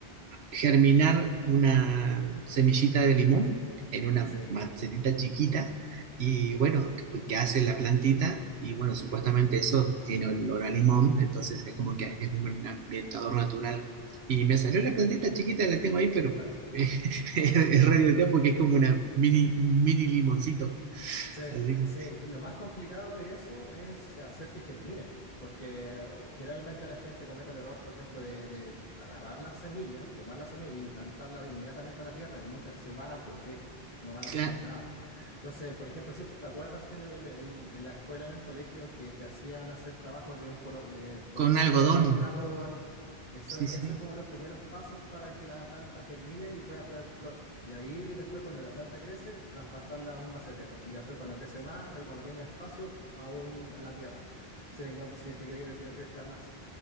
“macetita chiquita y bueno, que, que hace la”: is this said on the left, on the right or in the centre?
Right